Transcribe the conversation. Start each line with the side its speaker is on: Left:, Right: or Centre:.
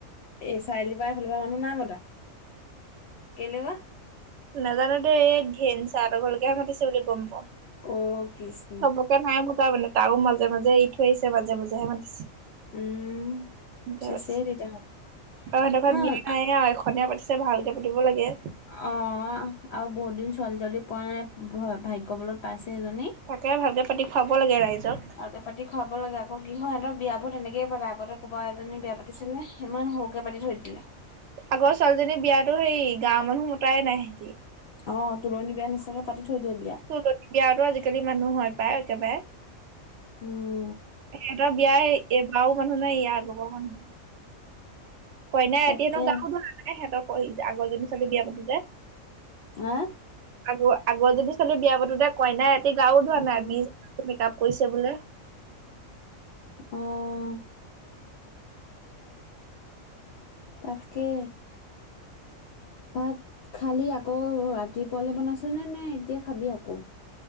Left: এই চাৰিআলি পৰা এই পাৰ মানুহ নাই মতা কেইলেবা
Right: নাজানো দে এই ধেন চাৰ ঘৰলৈকেহে মাতিছে বুলি গম পাওঁ
Left: অ' কৃষ্
Right: চবকে নাই মতা বোলে তাৰো মাজে মাজে এৰি থৈ আহছে মাজে মাজেহে মাতিছে
Left: উম,
Right: বিয়া
Left: চেচেই
Right: পাতিছে সিহতৰ
Left: তেতিয়াহ'লে।
Right: ঘৰত
Left: ন
Right: বিয়া নাই আৰু এখনেই পাতিছে ভালকে পাতিব লাগে
Left: অ আৰু বহুত দিন ছোৱালী তোৱালী পোৱা নাই ভাগ্যবলত পাইছে এজনী
Right: তাকে ভালকে পাতি খুৱাব লাগে ৰাইজক
Left: আৰু এ পাতি খুৱাব লাগে আক কিহৰ সিহতৰ বিয়াবোৰ তেনেকে পাতে আগতে ক'ৰবা এজনী বিয়া পাতিছিলে ইমান সৰুকে পাতি থৈ দিলে
Right: আগৰ ছোৱালীজনীৰ বিয়াতো হেৰি গাঁৱৰ মানুহ মতাই নাই সিহঁতি।
Left: অ তুলণী বিয়া নিচাকে পাতি থৈ দিয়ে বিয়া
Right: তুলনি বিয়াতো আজিকালি মানুহ হয় প্ৰায় একেবাৰে
Left: উম
Right: সিহঁতৰ বিয়া এইবাৰও মানুহ নাই ইয়াৰ আগৰ বাৰু মানুহ নাই কইনা
Left: তাকে
Right: ৰাতি চাগে গাও ধুৱা নাই সিহঁতৰ আগৰজনী ছোৱালী বিয়া পাতো
Left: হা
Right: আ আগৰজনী ছোৱালি বিয়া পাতোতে কইনাই ৰাতি গাও ধোৱা
Left: উম
Right: নাই বিছ মেকআপ কৈছে বোলে
Left: অঁ তাকে ভাত খালি আকৌ ৰাতিপুৱালৈ বনাইছনে নে এতিয়া খাবি আকৌ